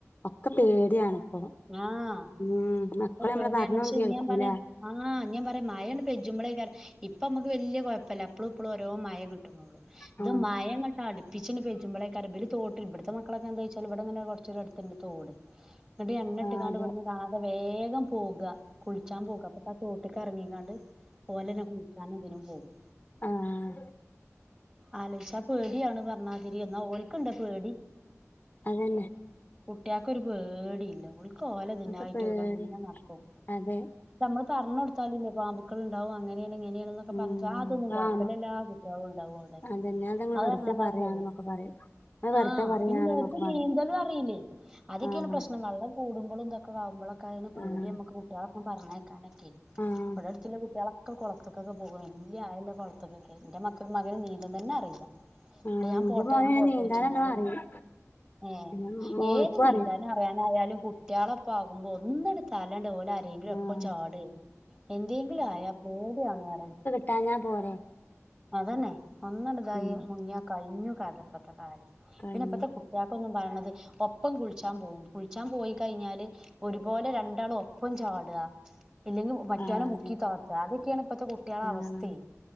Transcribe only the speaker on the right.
ആഹ്
ഇപ്പൊ
പേടിയാണ്
പക്ഷെ
ഞാൻ പറയാ ആഹ് ഞാ പറയാ മാഴയാണ്ട് പെഞ്ചുമ്പളേക്കാരം ഇപ്പ അമ്മക്ക് വെല്യ കൊഴപ്പല്ല അപ്പളും ഇപ്പളും ഓരോ മഴ കിട്ടുന്നുള്ളു ഇത്
മയങ്ങോട്ട് അടുപ്പി <unintelligible> പെഞ്ചുമ്പളേക്കാരം ഇബല് തോട്ടിൽ ഇവിടുത്തെ മക്കളൊക്കെ എന്താ വെച്ചാല് ഇവിടങ്ങനെ കുറച്ചൂടടുത്തുണ്ട് തോട് ഇന്നിട്ട് എണ്ണ
ഇട്ട്ണ്ടാണ്ട്
ഇവിട്ന്ന് കാണാതെ വേഗം പോകാ കുളിച്ചാൻ പോകാ അപ്പ ആ തോട്ട്ക്കെറങ്ങിങ്ങാണ്ട് ഓലെന്നെ കുളിക്കാനും ഇതിനും പോകും
ആലോയിച്ചാ പേടിയാണ് പറഞ്ഞാതിരി എന്നാ ഓൽക്ക്ണ്ടാ പേടി
കുട്ട്യാക്കൊരു പേടില്ലാ ഓൽക്ക് ക്ക് ഓലതിനായിട്ട്
ഓലങ്ങ് നടക്കും
നമ്മള് പറഞ്ഞ് കൊടു കാലില്ലേ പാമ്പുക്കള് ഇണ്ടാവും അങ്ങനെയാണ് ഇങ്ങനെയാണ് ഇതൊക്കെപറഞ്ഞിറ്റും
അതൊന്നും
കൊഴപ്പില്ല എല്ലാ കുട്ടികളും ഇണ്ടാവു അവിടെ
അത്
പറഞ്ഞാണ്ടാ
പോവാ
ആഹ്
പിന്നെ <unintelligible> നീന്തലും
അറിയില്ലേ അതൊക്കെയാണ്
പ്രശ്നം വെള്ളം കൂടുമ്പളും ഇതൊക്കെ ആവുമ്പളെക്കെയാണ് പേടി
നമ്മക്ക് കുട്ടിയാളെ പറഞ്ഞയക്കാ കാണക്കെ
ഇവിടെ അടുത്തുള്ള കുട്ടിയാളാ ഒക്കെ കൊളത്ത്ക്കൊക്കെ പോവും വെല്യ ആയള്ള കൊളത്ത്ക്കൊക്കെ ഇന്റെ മക്കൾക്ക് മകന് നീന്തം തന്നെ അറിയില്ല ട്ട്
ഞാൻ
പോട്ടെ
ഞാൻ
പോട്ടെ
ചോയിച്ചും ഞാൻ പറ
ഏഹ്
ഏത് നീന്താനും
അറിയാനായാലും കുട്ടിയാളൊപ്പാകുമ്പോ ഒന്ന്ട്തലേണ്ട് ഓലെ ഇതെങ്കിലും ഒപ്പം
ചാടെ എന്തേങ്കിലും ആയാ പേടിയാണ് പറയാ
അതന്നെ ഒന്നട്തായി
മുങ്ങ്യാ കയിഞ്ഞു കഥ ഇപ്പത്തെ കാലം
പിന്നെ ഇപ്പത്തെ കുട്ട് കുട്ട്യാക്കൊന്നും പറയണത് ഒപ്പം കുളിച്ചാൻ പോകും കുളിച്ചാൻ പോയി കഴിഞ്ഞാല് ഒരുപോലെ രണ്ടാളും ഒപ്പം ചാടാ ഇല്ലെങ്കിൽ മറ്റോനെ
മുക്കി
താത്താ അതൊക്കെയാണ് ഇപ്പത്തെ കുട്ടിയാളെ
അവസ്ഥയെ